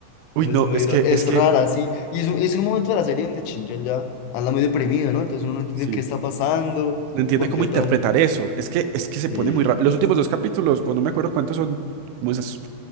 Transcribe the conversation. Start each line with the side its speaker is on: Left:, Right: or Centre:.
Right: Uy,
Left: Pero
Right: no,
Left: Es muy,
Right: es
Left: ra-
Right: que,
Left: es
Right: es que,
Left: rara, sí. Y es un, es un momento de la serie donde Shinjan ya anda muy deprimido, ¿no? Entonces uno no entiende
Right: sí,
Left: qué está pasando,
Right: no entiende
Left: porque
Right: cómo interpretar
Left: todo...
Right: eso. Es que, es que se
Left: Sí,
Right: pone muy raro. Los últimos dos capítulos, o no me acuerdo cuántos son, como esas,